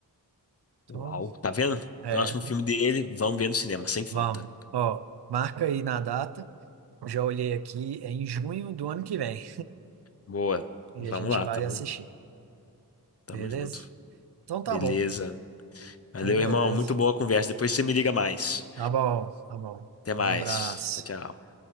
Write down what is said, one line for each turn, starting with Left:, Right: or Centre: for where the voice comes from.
Right: Então,
Left: Uau, tá vendo?
Right: é,
Left: Próximo filme dele, vamos ver no cinema, sem falta.
Right: vamos. Ó, marca aí na data. Já olhei aqui, é em junho do ano que vem.
Left: Boa.
Right: E
Left: Vamos
Right: a gente
Left: lá,
Right: vai
Left: tamo,
Right: assistir,
Left: tamo
Right: beleza?
Left: junto.
Right: Então tá
Left: Beleza.
Right: bom.
Left: Valeu,
Right: Então, beleza.
Left: irmão. Muito boa a conversa. Depois você me liga mais.
Right: Tá bom, tá bom.
Left: Até mais.
Right: Um abraço.
Left: Tchau, tchau.